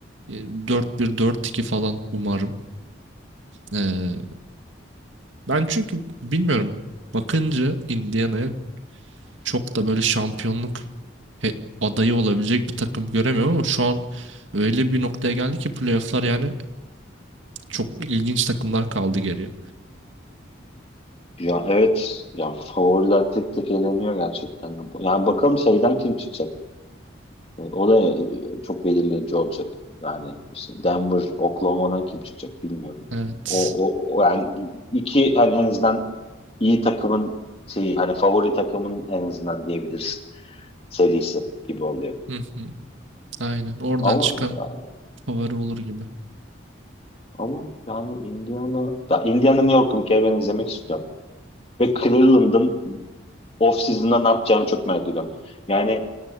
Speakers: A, on the right; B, on the left.
A: e, 4-1, 4-2 falan umarım. Ee, ben çünkü bilmiyorum bakınca Indiana'ya çok da böyle şampiyonluk he- adayı olabilecek bir takım göremiyorum ama şu an öyle bir noktaya geldi ki playoff'lar yani çok ilginç takımlar kaldı geriye.
B: Ya evet, ya favoriler tek tek eleniyor gerçekten. Yani bakalım şeyden kim çıkacak? E, O da e, çok belirleyici olacak. Yani işte Denver, Oklahoma'dan kim çıkacak bilmiyorum.
A: Evet.
B: O, o, o yani iki hani en azından iyi takımın şeyi hani favori takımın en azından diyebilirsin serisi gibi oluyor.
A: Hı hı. Aynen. Oradan
B: Ama
A: çıkan
B: ya-
A: favori olur gibi.
B: ama yani Indiana ya Indiana New York'u bir kere ben izlemek istiyorum. Ve Cleveland'ın off season'da ne yapacağını çok merak ediyorum. Yani